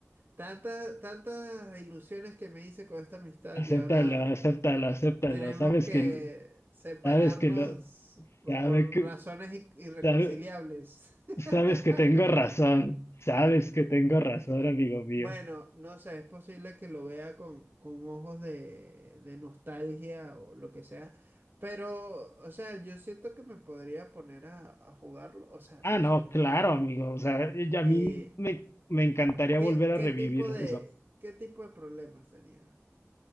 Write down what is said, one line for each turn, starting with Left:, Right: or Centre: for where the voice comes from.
Right: tantas, tantas ilusiones que me hice con esta amistad
Left: Acéptalo,
Right: y ahora
Left: acéptalo, acéptalo.
Right: tenemos
Left: Sabes
Right: que
Left: que,
Right: separarnos
Left: sabes que lo,
Right: por
Left: sabe
Right: por
Left: que,
Right: razones i- irreconciliables.
Left: sabe-
Right: <laughs>
Left: Sabes que tengo razón, sabes que tengo razón, amigo mío.
Right: Bueno, no sé, es posible que lo vea con, con ojos de, de nostalgia o lo que sea, pero, o sea, yo siento que me podría poner a, a jugarlo, o sea,
Left: Ah,
Right: no
Left: no,
Right: sé.
Left: claro, amigo. O sea, y a
Right: ¿Y
Left: mí me, me encantaría
Right: qué,
Left: volver a
Right: qué
Left: revivir
Right: tipo de,
Left: eso.
Right: qué tipo de problemas tenía?